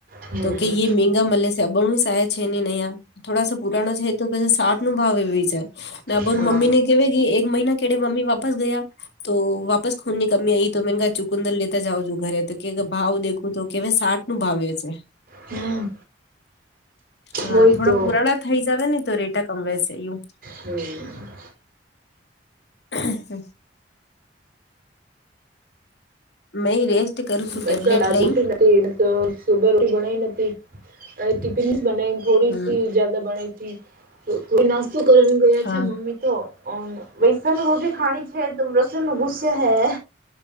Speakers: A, on the right (about 50°); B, on the left (about 65°).
A: હમ
B: તો કે મેંગા મલે છે અબાણું સ આયા છે નયા. થોડાસા પુરાણ છે તો પછી સાઠ નો ભાવ એ વિચાર. ને અબાણું
A: હા
B: મમ્મી ને કેવે કે એક મહિના કેડે મમ્મી વાપસ ગયા. તો વાપસ ખૂન ની કમી આઈ તો મે કહા ચુકુંદર લેતા જાઓ છો ઘરે તો કે ભાવ દેખું તો કેવે સાઠ. ભાવ છે
A: હમ
B: હા
A: વોહી
B: થોડા
A: તો
B: પુરાણા. થઈ જાવ નહી તો રેટા કમવેશે યુ.
A: હમ્મ.
B: <inaudible> મઈ રેસ્ટ. કરું છું
A: બેચો
B: ટેબ્લેટ
A: રે આજ
B: લઈ
A: છુટ્ટી નથી ન. તો સુભ રોટી બણાય નથી અને ટિફિન્સ બનાવી થોડી
B: હમ
A: સી જદા બણાય હતી. તો થોઈ નાસ્તો કરી ને ગયા
B: હા
A: છે મમ્મી. તો વૈસા ન રોટી ખણી છે તો રસોઈ ગુસ્યા હૈ.